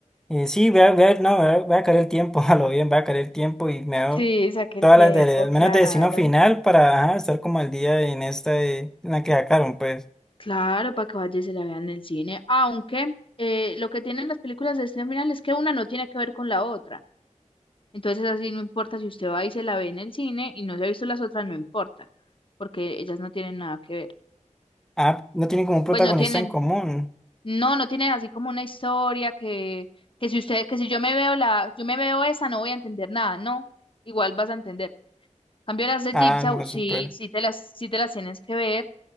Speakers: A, in the centre; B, on the left (about 40°).
A: eh, sí, voy a, voy a- no, voy a, voy a caer el tiempo, <laughs> a lo bien, voy a caer el tiempo y me veo
B: sí, saqué
A: todas
B: el tiempo,
A: las de, al
B: claro.
A: menos de Destino Final para, ajá, estar como al día en esta de, en la que sacaron, pues,
B: Claro, para que vaya y se la vean en el cine. Aunque eh, lo que tienen las películas de destino final es que una no tiene que ver con la otra. Entonces así no importa si usted va y se la ve en el cine y no se ha visto las otras, no importa, porque ellas no tienen nada que ver.
A: ah, no tienen como un protagonista
B: Pues no tienen,
A: en común,
B: No, no tiene así como una historia que, que si usted, que si yo me veo la, yo me veo esa, no voy a entender nada, no, igual vas a entender. En Cambio las de
A: ah,
B: Jigsaw,
A: no,
B: sí,
A: súper.
B: sí te las, sí te las tienes que ver